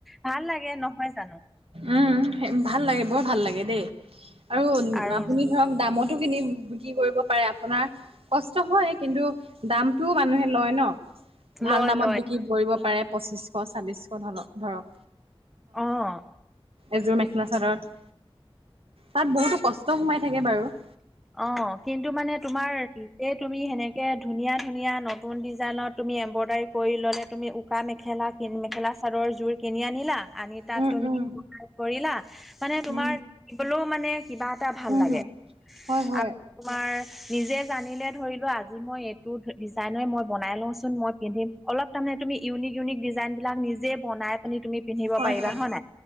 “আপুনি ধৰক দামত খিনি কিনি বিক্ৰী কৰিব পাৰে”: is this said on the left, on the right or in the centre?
Right